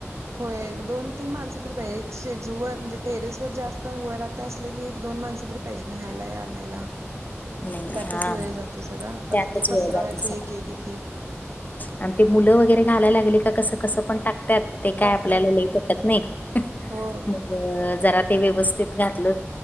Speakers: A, on the right (about 75°); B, on the left (about 35°).
A: होय दोन तीन माणसं तरी पाहिजे एक शेजू वर म्हणजे टेरेस वर जास्त वर आता असलं की एक दोन माणस तरी पाहिजे न्यायला या आणायला
B: नाही
A: त्यातच
B: हा
A: वेळ जातो सगळा. परत
B: त्यातच
A: ते पसरवायचं
B: वेळ जातोय
A: एक
B: सगळा
A: एक एक एक.
B: आणि ते मुलं वगैरे घालायला लागली का कसं कसं पण टाकत्यात ते काय
A: टाकतात
B: आपल्याला लय पटत नाही
A: हो
B: मग अ जरा ते व्यवस्थित घातलं